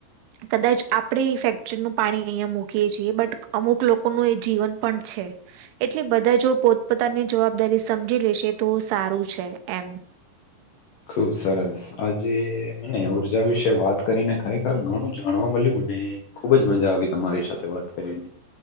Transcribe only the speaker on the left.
ખુબ સરસ આજે મને ઊર્જા વિશે વાત કરીને ખરેખર ઘણું જાણવા મલ્યુ અને. ખુબ જ મજા આવી તમારી સાથે વાત કરીને